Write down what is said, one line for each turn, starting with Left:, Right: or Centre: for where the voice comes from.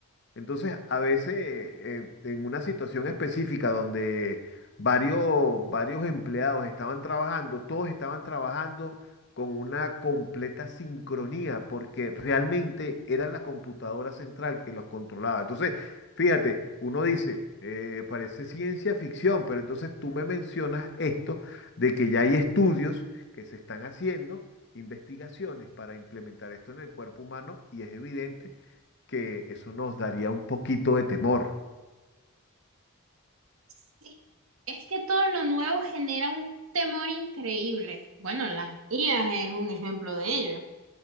Left: Entonces, a veces eh, en una situación específica donde varios, varios empleados estaban trabajando, todos estaban trabajando con una completa sincronía, porque realmente era la computadora central que los controlaba. Entonces, fíjate, uno dice, eh, parece ciencia ficción, pero entonces tú me mencionas esto de que ya hay estudios que se están haciendo, investigaciones para implementar esto en el cuerpo humano, y es evidente que eso nos daría un poquito de temor.
Right: sí, es que todo lo nuevo genera un temor increíble. Bueno, las IAs es un ejemplo de ello.